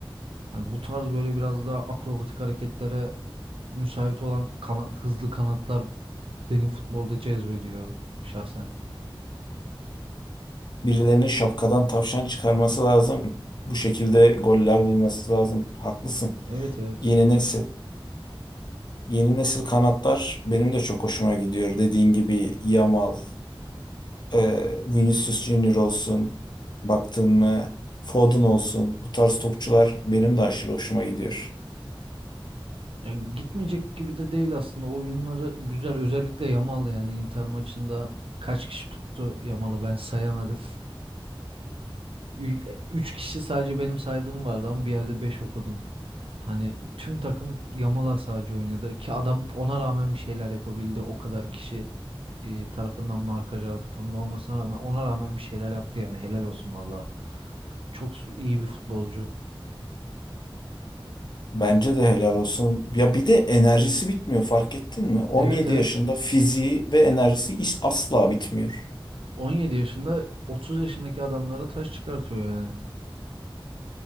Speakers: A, on the right; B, on the left.
A: Hani bu tarz böyle biraz daha akrobatik hareketlere Müsait olan kana- hızlı kanatlar beni futbolda cezbediyor şahsen.
B: Birilerinin şapkadan tavşan çıkarması lazım. Bu şekilde goller bulması lazım. Haklısın.
A: Evet evet.
B: Yeni nesil, yeni nesil kanatlar benim de çok hoşuma gidiyor. Dediğin gibi Yamal, e, Vinicius Junior olsun, baktın mı Foden olsun. Bu tarz topçular benim de aşırı hoşuma gidiyor.
A: Ya gitmeyecek gibi de değil aslında. Oyunları güzel. Özellikle Yamal yani Inter maçında kaç kişi tuttu Yamal'ı ben sayamadım. Ü- e, Üç kişi sadece benim saydığım vardı ama bir yerde beş okudum. Hani tüm takım Yamal sadece oynadı ki adam ona rağmen bir şeyler yapabildi. O kadar kişi e, tarafından markaj altında olmasına rağmen ona rağmen bir şeyler yaptı yani helal olsun valla. Çok s- iyi bir futbolcu.
B: Bence de helal olsun. Ya bir de enerjisi bitmiyor fark ettin mi? 17
A: Evet evet.
B: yaşında fiziği ve enerjisi is- asla bitmiyor.
A: 17 yaşında 30 yaşındaki adamlara taş çıkartıyor yani.